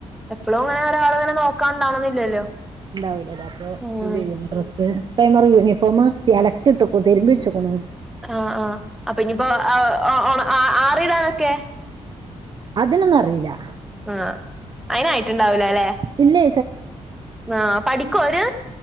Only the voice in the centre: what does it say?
എപ്പളും ങ്ങനെ ഒരാള്ങ്ങനെ നോക്കാണ്ടാവണന്നില്ലല്ലോ
ഉം.
ആഹ് ആഹ് അപ്പൊ ഇഞിപ്പോ <unintelligible> ഒണ ആ ആറിടാനൊക്കെ?
ആഹ് അയ്നായിട്ട്ണ്ടാവുലലേ
ആഹ് പഠിക്കോ അവര്?